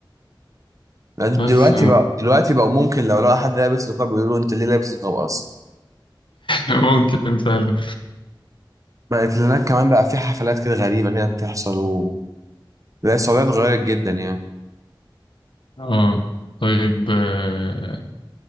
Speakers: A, on the right (about 40°); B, on the left (about 75°).
A: لا، دلوقتي
B: بس <laughs>
A: بقى دلوقتي بقى ممكن لو لقى حد لابس نقاب بيقولوا انت ليه لابس نقاب اصلا
B: ممكن فعلا
A: بقت هناك كمان بقى في حفلات كده غريبة كده بتحصل و... لا السعودية اتغيرت جدا يعني
B: اه طيب آه،